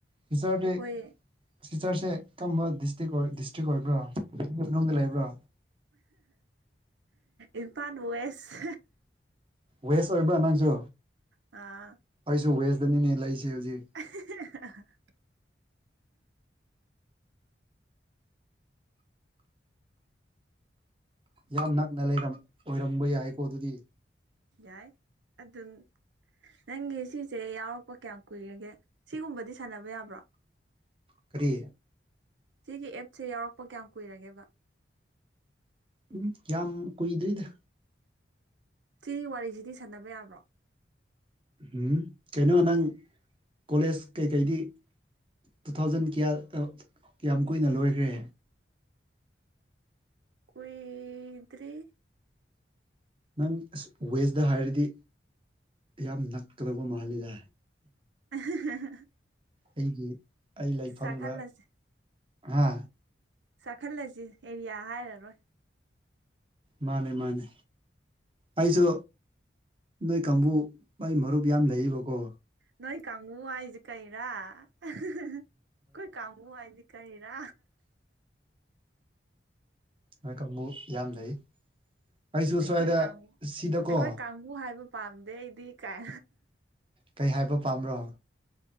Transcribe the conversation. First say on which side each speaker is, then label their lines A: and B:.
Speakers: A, on the right; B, on the right.
A: ꯄꯤꯁꯔꯗꯤ
B: ꯑꯩꯈꯣꯏ
A: ꯁꯤꯁꯇꯔꯁꯦ ꯀꯔꯝꯕ ꯗꯤꯁꯇ꯭ꯔꯤꯛ ꯑꯣꯏ ꯗꯤꯁꯇ꯭ꯔꯤꯛ ꯑꯣꯏꯕ꯭ꯔ <unintelligible> ꯃꯅꯨꯡꯗ ꯂꯩꯕ꯭ꯔꯣ
B: ꯏꯝꯐꯥꯟ ꯋꯦꯁ
A: ꯋꯦꯁ ꯑꯣꯏꯕ꯭ꯔꯥ ꯅꯪꯁꯨ
B: ꯑꯥ
A: ꯑꯩꯁꯨ ꯋꯦꯁꯇꯅꯤꯅꯦ ꯂꯩꯁꯦ ꯍꯧꯖꯤꯛ
B: <unintelligible>
A: ꯌꯥꯝ ꯅꯛꯅ ꯂꯩꯔꯝ ꯑꯣꯏꯔꯝꯕ ꯌꯥꯏꯀꯣ ꯑꯗꯨꯗꯤ
B: ꯌꯥꯏ ꯑꯗꯨꯝ ꯅꯪꯒꯤ ꯁꯤꯁꯦ ꯌꯥꯎꯔꯛꯄ ꯀꯌꯥꯝ ꯀꯨꯏꯔꯒꯦ ꯁꯤꯒꯨꯝꯕꯗꯤ ꯁꯥꯟꯅꯕ ꯌꯥꯕ꯭ꯔꯣ
A: ꯀꯔꯤ
B: ꯁꯤꯒꯤ ꯑꯦꯞꯁꯦ ꯌꯥꯎꯔꯛꯄ ꯀꯌꯥꯝ ꯀꯨꯏꯔꯒꯦꯕ
A: ꯎꯝ ꯌꯥꯝ ꯀꯨꯏꯗ꯭ꯔꯤꯗ
B: ꯁꯤꯒꯤ ꯋꯥꯔꯤꯁꯤꯗꯤ ꯁꯥꯟꯅꯕ ꯌꯥꯕ꯭ꯔꯣ
A: ꯎꯝ ꯀꯩꯅꯣ ꯅꯪ ꯀꯣꯂꯦꯖ ꯀꯩꯀꯩꯗꯤ ꯇꯨ ꯊꯥꯎꯖꯟ ꯀꯌꯥ ꯀꯌꯥꯝ ꯀꯨꯏꯅ ꯂꯣꯏꯈ꯭ꯔꯦ
B: ꯀꯨꯏꯗ꯭ꯔꯤ
A: ꯅꯪ ꯑꯁ ꯋꯦꯁꯇ ꯍꯥꯏꯔꯗꯤ ꯌꯥꯝ ꯅꯛꯀꯗꯕ ꯃꯥꯜꯂꯤꯗ
B: ꯑ <inaudible>
A: ꯑꯩꯒꯤ ꯑꯩ ꯂꯩꯐꯝꯒ
B: ꯆꯥꯛꯈꯠꯂꯁꯤ
A: ꯍꯥ
B: ꯆꯥꯛꯈꯠꯂꯁꯤ ꯑꯦꯔꯤꯌꯥ ꯍꯥꯏꯔꯔꯣꯏ
A: ꯃꯥꯅꯦ ꯃꯥꯅꯦ ꯑꯩꯁꯨ ꯅꯣꯏ ꯀꯥꯡꯕꯨ ꯑꯩꯩ ꯃꯔꯨꯞ ꯌꯥꯝ ꯂꯩꯔꯤꯌꯦꯕꯀꯣ
B: ꯅꯣꯏ ꯀꯥꯡꯕꯨ ꯍꯥꯏꯁꯤ ꯀꯩꯔꯥ ꯑꯩꯈꯣꯏ ꯀꯥꯡꯕꯨ ꯍꯥꯏꯁꯤ ꯀꯩꯔꯥ
A: ꯅꫭꯏ ꯀꯥꯡꯕꯨ ꯌꯥꯝ ꯂꯩ ꯑꯩꯁꯨ
B: ꯑꯩꯈꯣꯏ
A: ꯁ꯭ꯋꯥꯏꯗ
B: ꯀꯥꯡꯕꯨ
A: ꯁꯤꯗꯀꯣ
B: ꯑꯩꯈꯣꯏ ꯀꯥꯡꯕꯨ ꯍꯥꯏꯕ ꯄꯥꯝꯗꯦ ꯑꯩꯗꯤ ꯀꯥꯏ
A: ꯀꯩ ꯍꯥꯏꯕ ꯄꯥꯝꯕ꯭ꯔꯣ